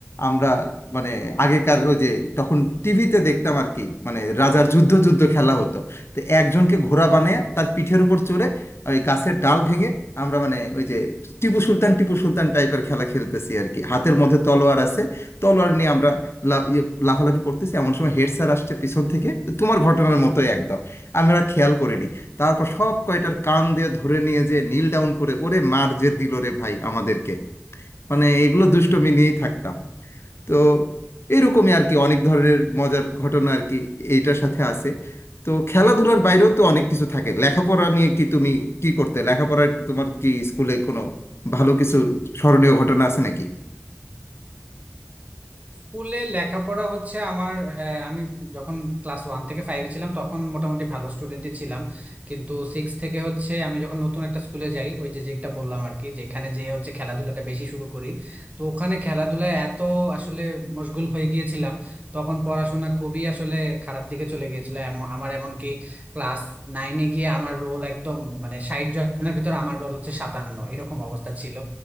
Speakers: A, on the left (about 60°); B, on the right (about 30°).
A: আমরা মানে আগেকার ওই যে তখন টিভিতে দেখতাম আর কি মানে রাজার যুদ্ধ যুদ্ধ খেলা হতো তো একজনকে ঘোড়া বানিয়ে তার পিঠের উপর চড়ে ওই গাছের ডাল ভেঙে আমরা মানে ওই যে টিপু সুলতান টিপু সুলতান টাইপের খেলা খেলতেছি আর কি হাতের মধ্যে তলোয়ার আছে তলোয়ার নিয়ে আমরা লা- ইয়ে, লাফালাফি করতেছি এমন সময় হেড স্যার আসছে পিছন থেকে তোমার ঘটনার মতোই একদম আমরা খেয়াল করিনি তারপর সব কয়টার কান দিয়ে ধরে নিয়ে যে নীল ডাউন করে ওরে মার যে দিল রে ভাই আমাদেরকে মানে এগুলো দুষ্টুমি নিয়েই থাকতাম তো এরকমই আর কি অনেক ধরনের মজার ঘটনা আর কি এইটার সাথে আছে তো খেলাধুলার বাইরেও তো অনেক কিছু থাকে লেখাপড়া নিয়ে কি তুমি কি করতে লেখাপড়ার তোমার কি স্কুলে কোনো ভালো কিছু স্মরণীয় ঘটনা আছে নাকি
B: স্কুলে লেখাপড়া হচ্ছে আমার আহ, আমি যখন ক্লাস ওয়ান থেকে ফাইভে ছিলাম তখন মোটামুটি ভালো স্টুডেন্টই ছিলাম কিন্তু সিক্স থেকে হচ্ছে আমি যখন নতুন একটা স্কুলে যাই ওই যে যেটা বললাম আর কি যেখানে যে হচ্ছে খেলাধুলাটা বেশি শুরু করি তো ওখানে খেলাধুলায় এত আসলে মশগুল হয়ে গিয়েছিলাম তখন পড়াশোনা খুবই আসলে খারাপ দিকে চলে গিয়েছিল এম- আমার এমনকি ক্লাস নাইনে গিয়ে আমার রোল একদম মানে ষাট জনের ভিতর আমার রোল হচ্ছে সাতান্ন এরকম অবস্থা ছিল